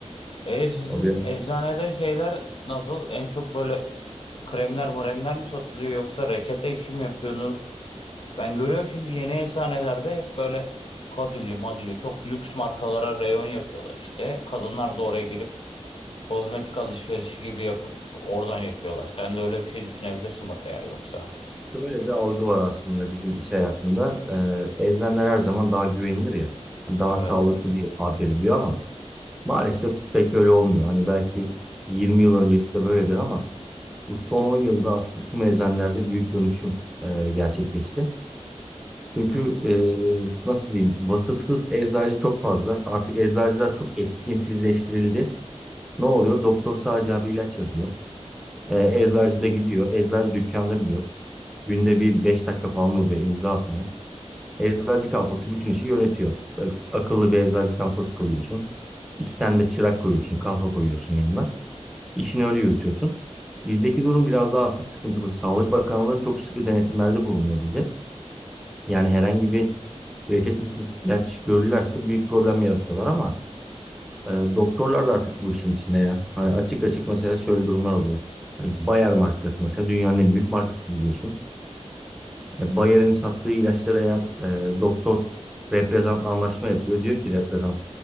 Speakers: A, on the left; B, in the centre.
A: E sizin
B: O benim
A: eczanede şeyler nasıl? En çok böyle kremler mremler mi satılıyor yoksa reçete işi mi yapıyorsunuz? Ben görüyorum şimdi yeni eczanelerde hep böyle kadülü madülü çok lüks markalara reyon yapıyorlar işte. Kadınlar da oraya girip kozmetik alışverişi gibi yapıp oradan yapıyorlar. Sen de öyle bir şey düşünebilirsin bak eğer yoksa.
B: Böyle bir algı var aslında bizim iş hayatında. Ee, eczaneler her zaman daha güvenilir ya. Hani Daha
A: Evet.
B: sağlıklı bir ad veriliyor ama maalesef pek öyle olmuyor. Hani belki 20 yıl öncesi de böyledir ama bu son 10 yılda aslında tüm eczanelerde büyük dönüşüm e, gerçekleşti. Çünkü
A: Hı hı.
B: e, nasıl diyeyim vasıfsız eczacı çok fazla. Artık eczacılar çok etkinsizleştirildi. Ne oluyor? Doktor sadece abi ilaç yazıyor. E, eczacı
A: Hı hı.
B: da gidiyor. Eczacı dükkanda bile yok. Günde bir 5 dakika falan oluyor imza atmaya. Eczacı kafası bütün işi yönetiyor. Böyle akıllı bir eczacı kafası koyuyorsun. İki tane de çırak koyuyorsun, kafa koyuyorsun yanına. İşini öyle yürütüyorsun. Bizdeki durum biraz daha aslında sıkıntılı. Sağlık Bakanlığı çok sıkı denetimlerde bulunuyor bize. Yani herhangi bir reçetesiz ilaç görürlerse büyük problem yaratıyorlar ama e, doktorlar da artık bu işin içinde ya. Hani açık açık mesela şöyle durumlar oluyor. Hani Bayer markası mesela dünyanın en büyük markası biliyorsun. E, Bayer'in sattığı ilaçlar eğer e, doktor reprezentla anlaşma yapıyor. Diyor ki reprezent